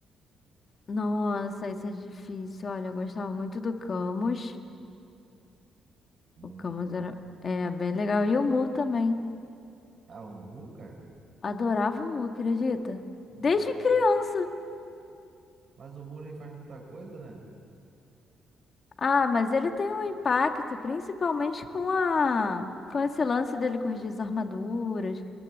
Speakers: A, on the left; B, on the right.
A: Nossa, isso é difícil. Olha, eu gostava muito do Camus.
B: Hum,
A: O Camus era é, bem legal. E o Mu também.
B: ah, o Mu, cara?
A: Adorava o Mu, acredita?
B: Hum,
A: Desde criança.
B: mas o Mu nem faz muita coisa, né?
A: Ah, mas ele tem um impacto, principalmente com a com esse lance dele corrigir as armaduras.